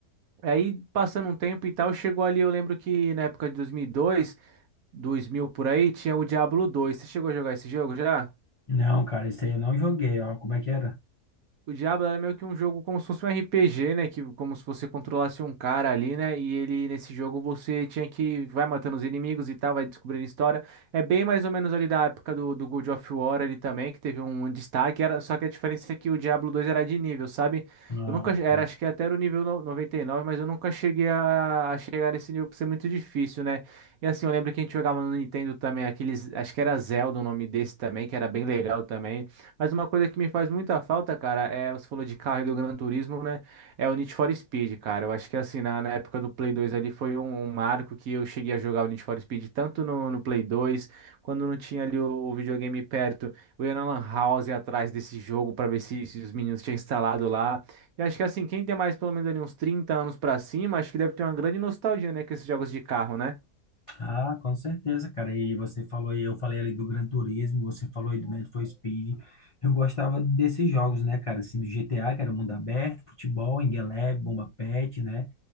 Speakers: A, on the right; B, on the left.
A: aí passando um tempo e tal, chegou ali, eu lembro que na época de dois dois, mil e dois dois mil por aí, tinha o Diablo dois. Você chegou a jogar esse jogo já?
B: Não, cara, esse aí eu não joguei, ó. Como é que era?
A: O Diablo era meio que um jogo como se fosse um RPG, né? Que, como se você controlasse um cara ali, né? E ele, nesse jogo, você tinha que vai matando os inimigos e tal, vai descobrindo história. É bem mais ou menos ali da época do, do God of War ali também, que teve um destaque. Era, só que a diferença é que o Diablo dois era de nível, sabe?
B: Ah,
A: Eu nunca, era,
B: bom.
A: acho que até era o nível no- 99, mas eu nunca cheguei a, a chegar nesse nível por ser muito difícil, né? E assim, eu lembro que a gente jogava no Nintendo também, aqueles, acho que era Zelda o nome desse também, que era bem legal também. Mas uma coisa que me faz muita falta, cara, é você falou de carro e do Gran Turismo, né? É o Need for Speed, cara. Eu acho que assim, na, na época do Play 2 ali foi um, um marco que eu cheguei a jogar o Need for Speed tanto no, no Play 2, quando não tinha ali o, o videogame perto, eu ia na Lan House atrás desse jogo pra ver se, se os meninos tinham instalado lá. E acho que assim, quem tem mais pelo menos ali uns 30 anos pra cima, acho que deve ter uma grande nostalgia, né, com esses jogos de carro, né?
B: Ah, com certeza, cara. E você falou, aí, eu falei ali do Gran Turismo, você falou aí do Need for Speed. Eu gostava desses jogos, né, cara? Assim, do GTA, que era mundo aberto, futebol, Engelev, Bomba Pet, né?